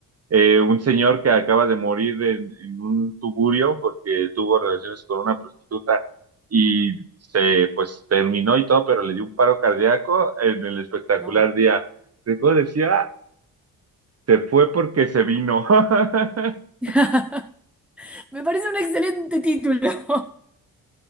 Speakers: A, on the right; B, in the centre.
A: eh, un señor que acaba de morir en, en un tugurio porque tuvo relaciones con una prostituta y se, pues, terminó y todo, pero le dio un paro cardíaco en el espectacular
B: no.
A: día. Recuerdo decía, se fue porque se vino. <laughs>
B: <laughs> Me parece un excelente título. <laughs>